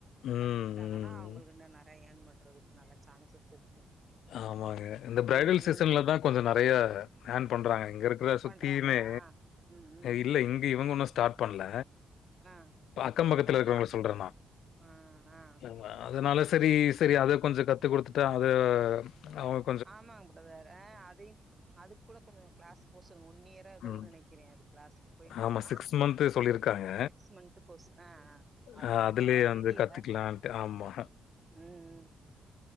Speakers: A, on the left; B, on the right.
A: ம்,
B: கத்துக்கிட்டாங்கனா
A: ம்.
B: அவுங்களுக்கு இன்னு நெறைய யேன் பண்ணுறதுக்கு நல்ல சான்சஸ் இருக்கு
A: ஆமாங்க இந்த ப்ரைடல்
B: ம்
A: சீசன்லதா கொஞ்சோ நறைய யேன் பண்றாங்க இங்க இருக் குற சுத்தியிமே
B: பண்றாங்களா ம் ம்
A: இல்ல இங்க இவங்க உன்னு ஸ்டாட் பண்ல
B: ஆ
A: அக்கம்
B: மத்தவங்க
A: பக்கத்துல இருக்றவங்ள சொல்றே நா
B: ஆ ஆ
A: ஆமா அதனால செரி செரி அத கொஞ்ச கத்து குடுத்துட்டா அத அவுங்
B: ஆமாங் ப்ரெதர் ஆ அதயு அதுக் கூடோ கொஞ்சோ க்ளாஸ் போ சொல்லுங்க ஒன்னியரோ எதோன்
A: ம்.
B: நெனைக்கிறே அது க்ளாஸ்க்கு போய்ட்டாங்கனா
A: ஆமா மந்த் சொல்லியிருக்காங்க.
B: சிக்ஸ் மந்து கோஸ் ஆ அ அதுல
A: அ
B: எனக்
A: அதுலயே
B: அவ்ளோவா
A: வந்து
B: தெரியல
A: கத்துக்கலான்ட்டு.
B: ம்
A: ஆமா.
B: ம் ம்